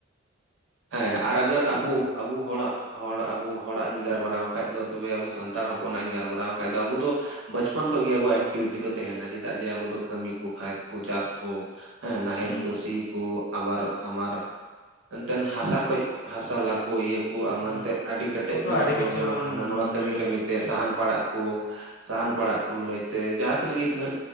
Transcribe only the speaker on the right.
ᱦᱮᱸ ᱟᱨ ᱟᱜᱟᱨ ᱟᱵᱚ ᱟᱵᱚ ᱦᱚᱲᱟᱜ ᱦᱚᱲ ᱟᱵᱚ ᱦᱚᱲᱟᱜ ᱤᱧ ᱜᱟᱞᱢᱟᱨᱟᱣ ᱠᱷᱟᱡ ᱫᱚ ᱛᱚᱵᱮ ᱟᱵᱚ ᱥᱟᱱᱛᱟᱲ ᱦᱚᱯᱚᱱᱟᱜ ᱤᱧ ᱜᱟᱞᱢᱟᱨᱟᱣ ᱠᱷᱟᱡ ᱫᱚ ᱟᱵᱚ ᱫᱚ ᱵᱟᱪᱯᱚᱱ ᱠᱷᱚᱡ ᱜᱮ ᱟᱵᱚᱣᱟᱜ ᱮᱠᱴᱤᱵᱷᱤᱴᱤ ᱫᱚ ᱛᱟᱦᱮᱱᱟ ᱪᱮᱫᱟᱜ ᱡᱮ ᱟᱵᱚ ᱫᱚ ᱠᱟᱹᱢᱤ ᱠᱚ ᱠᱷᱮᱛ ᱠᱚ ᱪᱟᱥ ᱠᱚ ᱦᱮᱸ ᱱᱟᱦᱮᱞ
ᱠᱩ ᱥᱤ ᱠᱚ ᱟᱵᱟᱨ ᱟᱢᱟᱨ ᱛᱮᱱ ᱦᱟᱥᱟ ᱠᱷᱚᱡ ᱦᱟᱥᱟ ᱞᱟᱠᱚ ᱤᱭᱟᱹ ᱮᱢᱟᱱᱛᱮ
ᱟᱹᱰᱤ ᱠᱮᱴᱮᱡ
ᱢᱮᱱᱟᱜ
ᱵᱚᱱᱟ
ᱦᱟᱱᱟ ᱱᱚᱣᱟ ᱠᱟᱹᱢᱤ
ᱠᱟᱹᱢᱤ
ᱛᱮ
ᱥᱟᱦᱟᱱ ᱯᱟᱲᱟᱜ ᱠᱩ ᱥᱟᱦᱟᱱ ᱯᱟᱲᱟᱜ ᱠᱚ ᱞᱟᱹᱭ ᱛᱮ ᱡᱟᱦᱟᱸ ᱛᱤᱱᱟᱹᱜ ᱜᱮ ᱛᱤᱱᱟᱹᱜ